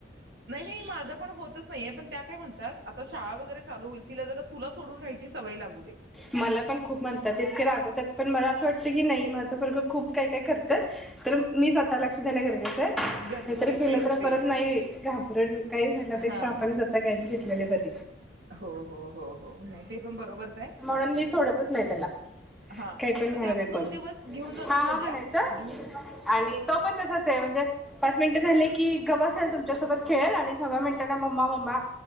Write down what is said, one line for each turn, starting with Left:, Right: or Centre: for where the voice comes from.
Right: नाही नाही माझ पण होतच नाहीे पण त्या काय म्हणतात आता शाळा वगैरे चालू होईल, तिला जरा तुला सोडून राहायची सवय लागू दे <unintelligible>
Centre: मला पण खूप म्हणतात, इतके रागवतात पण मला असं वाटतं की, नाही माझं पोरगं खूप काय काय करतं तर मी स्वतः लक्ष देणं गरजेचं आहे,
Right: गरजेचं
Centre: काहीतरी
Right: आहे सेम
Centre: केलं तर
Right: सेम
Centre: परत नाही घाब कारण <unintelligible> काही झाल्यापेक्षा
Right: हा
Centre: आपण, स्वतः काळजी घेतली <unintelligible>
Right: हो हो हो हो नाही, ते पण बरोबरच आहे.
Centre: पण मी सोडतच नाही त्याला,
Right: हा
Centre: काही पण म्हणुदे
Right: त्या
Centre: कोणाला
Right: दोन दिवस घेऊन जातो
Centre: हा
Right: बोलल्या
Centre: हा म्हणायचं,
Right: घेऊन
Centre: आणि तो पण तसाचं, म्हणजे पाच मिनिट झाले की, गब असेल तुमच्यासोबत खेळेल आणि सहाव्या मिनटाला मम्मा मम्मा